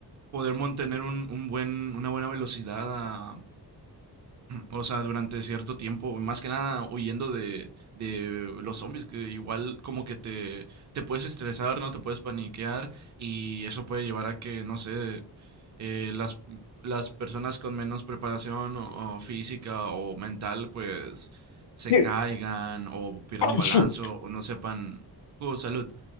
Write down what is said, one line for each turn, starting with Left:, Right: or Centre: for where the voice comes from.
Right: poder mantener un, un buen, una buena velocidad, a- o sea, durante cierto tiempo, más que nada huyendo de, de los zombies, que igual como que te, te puedes estresar, ¿no? Te puedes paniquear y eso puede llevar a que, no sé, eh, las, las personas con menos preparación o- o física o mental, pues se
Left: Sí.
Right: caigan o
Left: <clears throat>
Right: pierdan
Left: ¡Achú!
Right: balance o, o no sepan, oh, salud